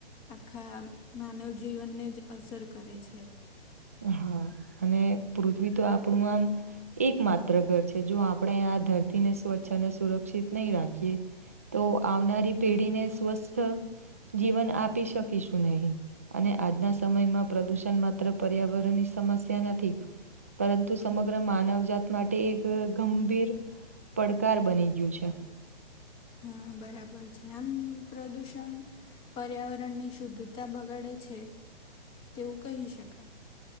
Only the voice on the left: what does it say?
આખા માનવ જીવનને જ અસર કરે છે
હ બરાબર છે આમ પ્રદુષણ પર્યાવરણ ની શુદ્ધતા બગાડે છે તેવું કહી શકાય